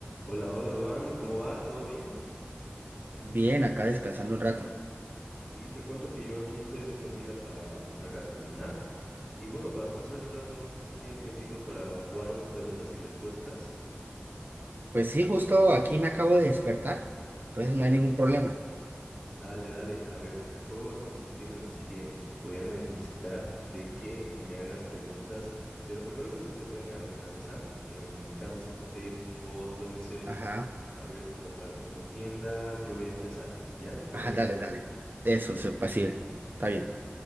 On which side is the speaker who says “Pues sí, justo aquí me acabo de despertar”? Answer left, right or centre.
Right